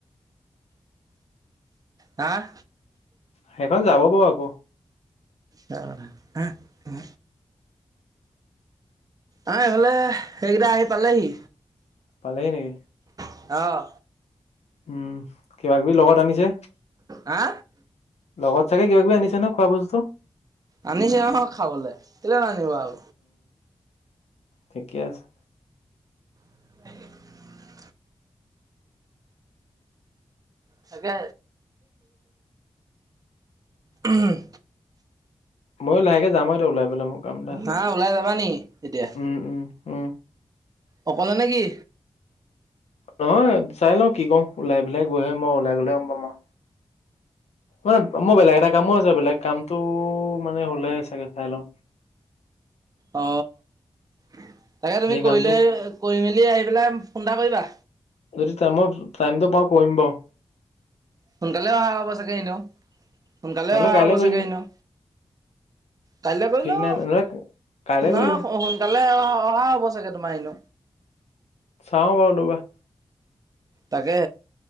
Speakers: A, on the right (about 35°); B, on the left (about 80°).
A: হাহ।
B: সেইখন যাব বাৰু আকৌ
A: কাৰ <unintelligible> <unintelligible> অহ, আহ, হলে সেইকেইটা আহি পালেহি।
B: পালেহি নেকি
A: অ', <unintelligible>
B: উম, কিবা কিবি লগত আনিছে।
A: হা।
B: লগত চাগে কিব কিবি আনিছে ন খোৱা বস্তু।
A: আনিছে অ, খাবলৈ কেলে ন আনিব আও।
B: থিকে আছে।
A: <unintelligible> তাকে উম
B: ময়ো লাহে যাম এতি ওলাই। পেলাই মোৰ কাম এটা আছে
A: হা ওলাই যাবা নি এতিয়া।
B: উম, উম, উম
A: অকলে নে কি?
B: নহয় চাই ল কি কও ওলাই পেলাই গৈহে মই ওলাই গলেহে গম পাম আও। মানে মোৰ বেলেগ এটা কামো আছে বেলেগ কামটো মানে হলে চাগে চাই লও।
A: অ, তাকে তুমি
B: সেই কামটোক
A: কৰিলে কৰি মেলি আহি পেলাই ফোন এটা কৰিবা।
B: যদি টাইমই টাইমটো পাও কৰিম বাৰু।
A: সোনকালে অহা হ'ব চাগে এনেও - সোনকালে
B: নহ'লে
A: অহা
B: কাইলে
A: হ'ব
B: কৰি
A: চাগে
B: দিম
A: এন‌ও। কালৈ গলেও
B: ঠিক নাই নহ'লে কাইলে
A: নহ
B: কৰি দিম।
A: সোনকালে অ, অহা হ'ব চাগে তোমাৰ এনো।
B: চাও বাৰু ৰবা।
A: তাকে